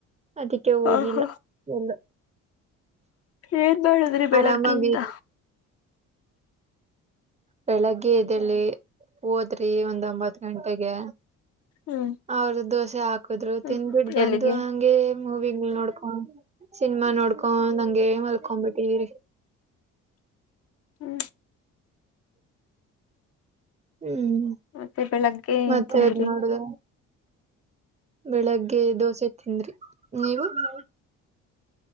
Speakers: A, on the right; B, on the left.
A: ಅದಕ್ಕೆ ಹೋಗಿಲ್ಲ
B: ಹ ಹ
A: ಎಲ್ಲ
B: ಏನ್ ಮಾಡಾುದ್ರಿ ಬೆಳಗ್ಗೆಯಿಂದ
A: ಆರಾಮಾಗಿ ಬೆಳಗ್ಗೆ ಎ್ದೇಳಿ ಹೋದ್ರಿ ಒಂದ್ಂಬತ್ ಗಂಟೆಗೆ
B: ಹ್ಮ್
A: ಅವ್ರ ದೋಸೆ ಹಾಕದ್ರು
B: ಹ್ಮ್
A: ತಿಿಂದ್ಬಿಟ್ಟ ಬಂದು
B: ಎಲ್ಲಿಗೆ
A: ಹಂಗೆ ಮೂವಿ ನೋಡ್ಕೊಂಡ ಸಿನಿಮಾ ನೋಡ್ಕೊ ಹಂಗೆ ಮಲ್ಕೊಬಿಟ್ಟಿ್ರಿ
B: ಹ್ಮ
A: ಹ್ಮ್
B: ಮತ್ತೆ ಬೆಳಗ್ಗೆ
A: ಮತ್ತೆದ್
B: ಏನ್ ತಿಂದ್ರಿ
A: ನೋಡುದ ಬೆಳಗ್ಗೆ ದೋಸೆ ತಿಂದ್ರಿ ನೀವು ಹ